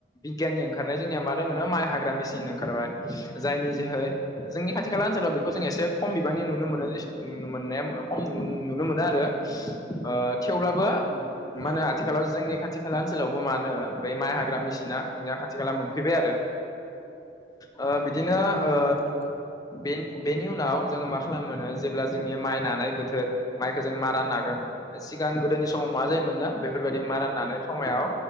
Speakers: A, on the left (about 20°); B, on the right (about 85°).
A: बिगियाननि ओंखारनाय जोंनिया मा दङोनो माइ हाग्रा मेसिन ओंखारबाय जायनि जोहै जोंनि खाथि खाला ओनसोलाव बेखौ जों एसे खम बिबांनि नुनो मोनो जेसेनो नुनो मोननाय खम नुनो मोनो आरो ओ थेवब्लाबो मा होनो
B: औ
A: आथिखालाव जोंनि खाथि खाला ओनसोलावबो मानो बै माइ हाग्रा मेसिना जोंनिया खाथि खाला मोनफैबाय आरो ओ बिदिनो
B: उम उम
A: ओ
B: नंगौ
A: बे बेनि उनाव जोङो मा खालामोनो जेब्ला जोंनि माइ नानाय बोथोर माइखौ जों मारा नागोन सिगां गोदोनि समाव मा जायोमोननो बेफोर बायदि मारा नानाय समायाव